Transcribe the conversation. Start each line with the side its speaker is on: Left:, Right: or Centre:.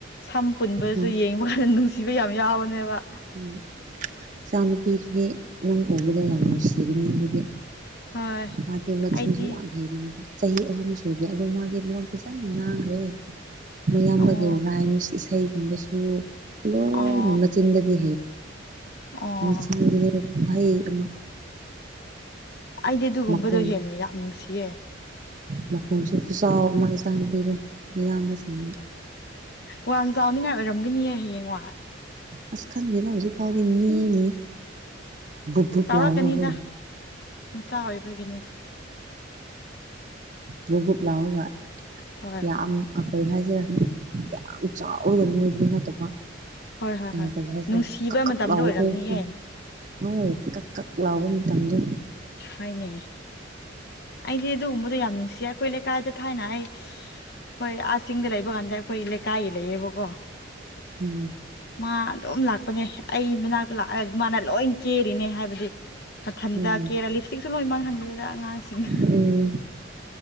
Left: ꯁꯝ ꯄꯨꯟꯕꯁꯨ
Right: ꯍꯣꯏ
Left: ꯌꯦꯡꯕ ꯈ ꯅꯨꯡꯁꯤ ꯌꯥꯝ ꯌꯥꯎꯕꯅꯦꯕ
Right: ꯎ ꯏꯆꯥ ꯅꯨꯨꯄꯤꯗꯨꯗꯤ ꯅꯪ ꯎꯕꯗ ꯌꯥꯝ ꯅꯨꯡꯁꯤꯔꯅꯤ ꯑꯗꯨꯗꯤ
Left: ꯍꯣꯏ
Right: ꯃꯥꯗꯤ ꯃꯆꯤꯟꯁꯨ
Left: ꯑꯩꯗꯤ
Right: ꯌꯥꯝ ꯍꯩꯕꯅꯦꯕ ꯆꯍꯤ ꯑꯍꯨꯝ ꯁꯨꯗ꯭ꯔꯤ ꯑꯗꯣ ꯃꯥꯗꯤ ꯂꯣꯟ ꯐꯤꯖꯅ ꯉꯥꯡꯈ꯭ꯔꯦ ꯃꯌꯥꯝꯕꯒꯤ
Left: ꯑꯣ
Right: ꯔꯥꯏꯝꯁ ꯏꯁꯩꯒꯨꯝꯕꯁꯨ ꯂꯣꯏꯅ
Left: ꯑꯣ
Right: ꯃꯆꯤꯟꯗꯒꯤ
Left: ꯑꯣ
Right: ꯃꯆꯤꯟꯗꯗꯣ ꯈꯨꯍꯩ ꯑꯃ
Left: ꯑꯩꯗꯤ ꯑꯗꯨꯒꯨꯝꯕꯗꯣ
Right: ꯃꯈꯣꯟ
Left: ꯍꯦꯟꯅ ꯌꯥꯝ ꯅꯨꯡꯁꯤꯌꯦ
Right: ꯃꯈꯣꯟꯁꯨ ꯈꯨꯆꯥꯎ ꯑꯃ ꯏ ꯆꯥꯡꯅꯄꯤꯗꯣ ꯃꯌꯥꯝꯕꯁꯤꯡ
Left: ꯋꯥꯡ ꯆꯥꯎꯅꯤꯉꯥꯏ ꯑꯣꯏꯔꯝꯒꯅꯤꯌꯦ ꯍꯌꯦꯡꯋꯥꯢ
Right: ꯑꯁ ꯈꯪꯗꯦꯅꯦ ꯍꯧꯖꯤꯛ ꯐꯥꯎꯗꯤ ꯅꯦꯝꯃꯤ ꯕꯨꯞꯕꯨꯞ
Left: ꯆꯥꯎꯔꯛꯀꯅꯤꯗ
Right: ꯂꯥꯎꯔꯒꯀꯣ
Left: ꯃꯆꯥ ꯑꯣꯏꯕꯒꯤꯅꯤꯗ
Right: ꯕꯨ ꯕꯨꯛ ꯂꯥꯎꯒ
Left: ꯍꯣꯏ
Right: ꯌꯥꯝ ꯀꯩ ꯍꯥꯏꯁꯤꯔ ꯌꯥꯝ ꯆꯥꯎꯔꯒ ꯅꯣꯏꯕꯗꯨ ꯅꯠꯇꯕ
Left: ꯍꯣꯏ ꯍꯣꯏ
Right: ꯑ
Left: ꯍꯣꯏ
Right: ꯀꯔꯤ ꯍꯥꯏꯁꯤꯔ
Left: ꯅꯨꯡꯁꯤꯕ
Right: ꯀꯛ ꯀꯛ
Left: ꯃꯇꯝꯗꯣ
Right: ꯂꯥꯎꯕꯈꯣꯏ
Left: ꯑꯣꯏꯔꯝꯅꯤꯌꯦ
Right: ꯍꯣꯏ ꯀꯛ ꯀꯛ ꯂꯥꯎꯕ ꯃꯇꯝꯗꯣ
Left: ꯍꯥꯏꯅꯦ ꯑꯩꯗꯤ ꯑꯗꯨꯒꯨꯝꯕꯗꯣ ꯌꯥꯝ ꯅꯨꯡꯁꯤꯌꯦ ꯑꯩꯈꯣꯏ ꯂꯩꯀꯥꯏꯗ ꯊꯥꯏꯅ ꯑꯩ ꯑꯩꯈꯣꯏ ꯑꯥ ꯆꯤꯡꯗ ꯂꯩꯕ ꯀꯥꯟꯗ ꯑꯩꯈꯣꯏ ꯂꯩꯀꯥꯏꯒꯤ ꯂꯩꯌꯦꯕꯀꯣ
Right: ꯎꯝ
Left: ꯃꯥ ꯑꯗꯨꯝ ꯂꯥꯛꯄꯅꯦ ꯑꯩ ꯃꯅꯥꯛꯇ ꯂꯥꯛꯑꯒ ꯃꯥꯅ ꯂꯣꯏ ꯀꯦꯔꯤꯅꯦ ꯍꯥꯏꯕꯗꯤ ꯃꯊꯟꯇ
Right: ꯎꯝ
Left: ꯀꯦꯔꯥ ꯂꯤꯞꯁꯇꯤꯛꯁꯨ ꯂꯣꯏ ꯃꯥꯡꯍꯟꯕꯅꯤꯗ ꯑꯉꯥꯡꯁꯤꯡꯅ
Right: ꯎꯝ